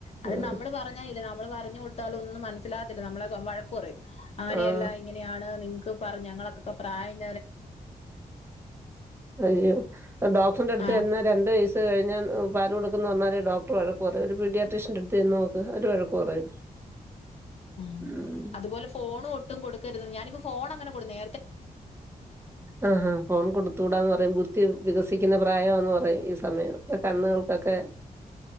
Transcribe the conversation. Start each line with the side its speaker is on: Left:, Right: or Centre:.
Left: അത്
Right: ആഹ്
Left: നമ്മള് പറഞ്ഞാ ഇല്ലേ നമ്മള് പറഞ്ഞു കൊടുത്താല് ഒന്നും മനസ്സിലാത്തില്ല നമ്മളെ വഴക്ക് കുറയും അങ്ങനെയല്ല
Right: ആഹ്
Left: ഇങ്ങനെയാണ് നിങ്ങക്ക് പറഞ്ഞ ഞങ്ങള്ക്കൊക്കെ പ്രായം
Right: അയ്യോ ഡോക്ടറിന്റടുത്തു
Left: ആ
Right: ചെന്നാ രണ്ട് വയസു കഴിഞ്ഞാ ഞ പാൽ കൊടുക്കുന്നന്ന് പറഞ്ഞാല് ഡോക്ടർ വഴക്ക് പറയും ഒരു പീഡാട്രിഷൻന്റെറടുത്ത്ന്ന് ചെന്ന് നോക്ക് അവര് വഴക്ക് പറയും.
Left: ആഹ്
Right: ഉം
Left: അതുപോലെ ഫോണും ഒട്ടും കൊടുക്കരുത് ഞാനിപ്പോ ഫോൺ അങ്ങനെ കൊടു നേ
Right: ആഹഹാ ഫോൺ കൊടുത്തൂടാന്ന് പറയുബു ദ്ധി വികസിക്കുന്ന പ്രായാന്ന് പറയും ഈ സമയം കണ്ണുകൾക്കൊക്കെ.